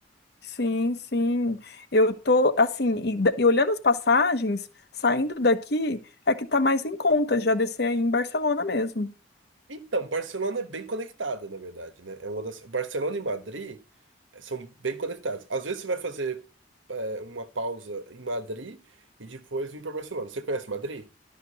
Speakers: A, on the left (about 55°); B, on the right (about 80°).
A: Sim, sim. Eu tô assim, e, da- e olhando as passagens, saindo daqui, é que tá mais em conta já descer aí em Barcelona mesmo.
B: Então, Barcelona é bem conectada, na verdade, né? É uma das... Barcelona e Madrid eh, são bem conectados. Às vezes você vai fazer eh, uma pausa em Madrid e depois vir para Barcelona. Você conhece Madrid?